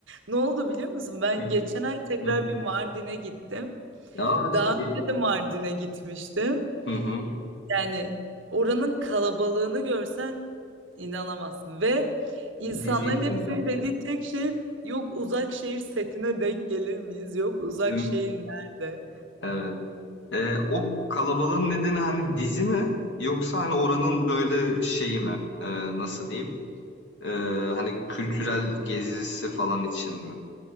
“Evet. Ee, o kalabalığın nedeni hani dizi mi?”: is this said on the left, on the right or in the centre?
Left